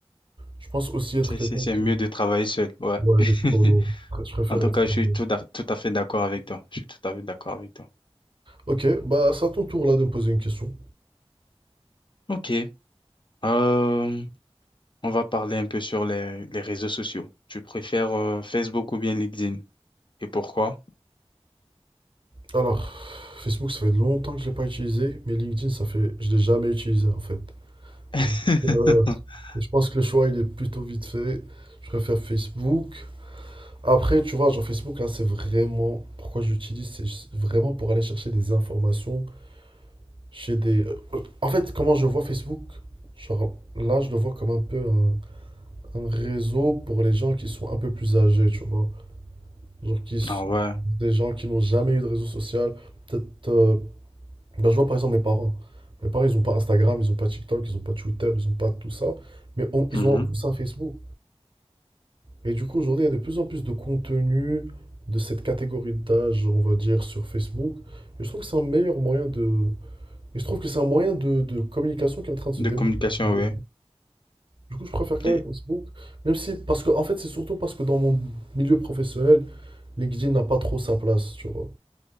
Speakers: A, on the right; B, on the left.
A: je pense aussi être
B: C'est,
A: quelqu'un
B: c'est, c'est
A: qui...
B: mieux de travailler seul, ouais.
A: Ouais,
B: <laughs>
A: d'être solo. Je préfère
B: En tout
A: être
B: cas,
A: solo.
B: je suis tout, à- tout à fait d'accord avec toi. Je suis tout à fait d'accord avec toi.
A: Ok, bah c'est à ton tour là de me poser une question.
B: Ok. Euh, on va parler un peu sur les, les réseaux sociaux. Tu préfères euh, Facebook ou bien LinkedIn? Et pourquoi?
A: Alors, Facebook, ça fait longtemps que je l'ai pas utilisé, mais LinkedIn, ça fait... Je l'ai jamais utilisé en fait.
B: <laughs>
A: Donc, euh, je pense que le choix, il est plutôt vite fait. Je préfère Facebook. Après, tu vois, genre Facebook, là, c'est vraiment... Pourquoi je l'utilise, c'est juste vraiment pour aller chercher des informations chez des... euh, En fait, comment je vois Facebook, genre là, je le vois comme un peu un Un réseau pour les gens qui sont un peu plus âgés, tu vois. Genre qui, s-
B: Ah ouais.
A: des gens qui n'ont jamais eu de réseau social. Peut-être. euh, ben, je vois par exemple mes parents. Mes parents, ils n'ont pas Instagram, ils n'ont pas TikTok, ils n'ont pas Twitter, ils n'ont pas tout ça. Mais on- ils
B: Mhm.
A: ont tous un Facebook. Et du coup, aujourd'hui, il y a de plus en plus de contenu de cette catégorie d'âge, on va dire, sur Facebook. Et je trouve que c'est un meilleur moyen de. Et je trouve que c'est un moyen de, de communication qui est en train de se
B: De
A: démocratiser.
B: communication, ouais.
A: Du coup, je préfère quand
B: Et...
A: même Facebook. Même si, parce que, en fait, c'est surtout parce que dans mon milieu professionnel, LinkedIn n'a pas trop sa place, tu vois.